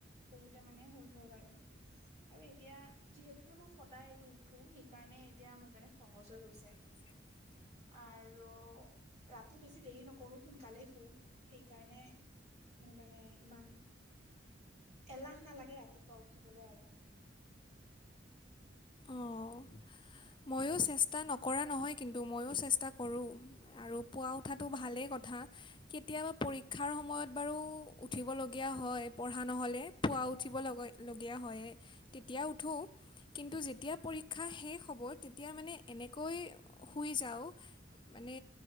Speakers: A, on the right; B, on the left.
A: কৰোতে মানে হৈ গল আৰু। আৰু এতিয়া যিহেতুকে মই সদায় এইটো উঠো সেইকাৰণে এতিয়া মোৰ কাৰণে সহজ হৈ গৈছে।
B: <inaudible>
A: আৰু ৰাতি বেছি দেৰি নকৰোঁ সোনকালে শুওঁ সেইকাৰণে মোৰ মানে ইমান এলাহ নালাগে ৰাতিপুৱা উঠিবলে আৰু।
B: অঁ ময়ো চেষ্টা নকৰা নহয় কিন্তু ময়ো চেষ্টা কৰোঁ। আৰু পোৱা উঠাটো ভালেই কথা। কেতিয়াবা পৰীক্ষাৰ সময়ত বাৰু উঠিব লগীয়া হয় পঢ়া নহ'লে। পুৱা উঠিব লগা লগীয়া হয়ে, তেতিয়া উঠোঁ কিন্তু যে তিয়া পৰীক্ষা শেষ হ'ব তেতিয়া মানে এনেকৈ শুই যাওঁ মানে